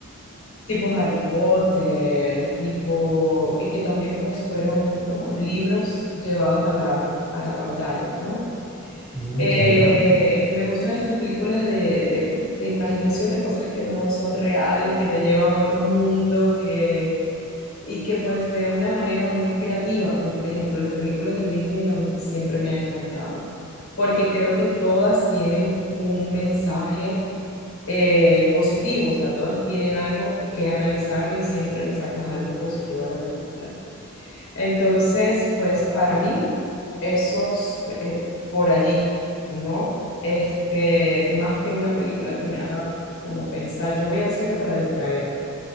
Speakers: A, on the left; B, in the centre.
A: tipo Harry Potter, tipo, y que también pues fueron como libros llevados a la, a la pantalla, ¿no?
B: Mm,
A: Eh,
B: ya, ya.
A: me gustan estas películas de, de, de imaginación, de cosas que no son reales, que te llevan a otro mundo, que, y que pues de una manera muy creativa, como por ejemplo las películas de Disney a mí siempre me han encantado, porque creo que todas tienen un mensaje eh, positivo, o sea, todas tienen algo que analizarle y siempre le sacas algo positivo a la película. Entonces, pues para mí, esos eh, por allí, ¿no? Este, más que una película que me haga como pensar, yo voy al cine para distraer,